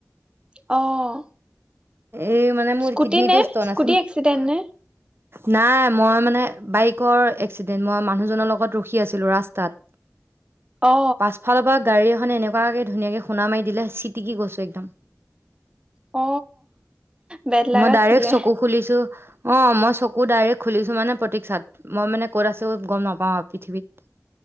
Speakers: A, on the right (about 20°); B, on the right (about 45°).
A: অ'
B: এই মানে মোৰ
A: স্কুটি
B: কিডনীটো
A: নে
B: ষ্টন
A: স্কুটি
B: আছে
A: এক্সিডেণ্ট নে?
B: নাই মই মানে বাইকৰ এক্সিডেন্ট মই মানুহজনৰ লগত ৰখি আছিলো, ৰাষ্টাত
A: অ
B: পাছফালৰ পৰা গাড়ী মানে এনেকুৱাকে ধুনীয়াকে খুন্দা মাৰি দিলে, চিটিকি গৈছো একদম।
A: অ বেদ লাগ
B: মই ডাইৰেক্ট
A: আছিলে
B: চকু খুলিছোঁ অ', মই চকু ডাইৰেক্ট খুলিছো মানে প্ৰতীক্ষাত। মই মানে ক'ত আছো গম নাপাওঁ আও পৃথিৱীত